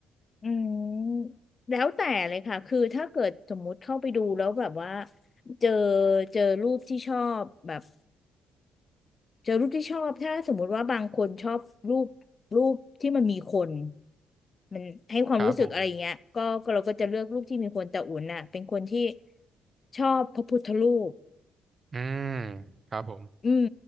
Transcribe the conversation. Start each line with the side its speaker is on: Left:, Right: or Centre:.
Left: อืมแล้วแต่เลยค่ะคือถ้าเกิดสมมุติเข้าไปดูแล้วแบบว่าเจอเจอรูปที่ชอบแบบเจอรูปที่ชอบถ้าสมมุติว่าบางคนชอบรูปรูปที่มันมีคนมันให้ความรู้สึกอะไรอย่างเงี้ยก็ก็เราก็จะเลือกรูปที่มีคนแต่อุ่นน่ะเป็นคนที่
Right: ครับผม
Left: ชอบพระพุทธรูป
Right: อืมครับผม
Left: อืม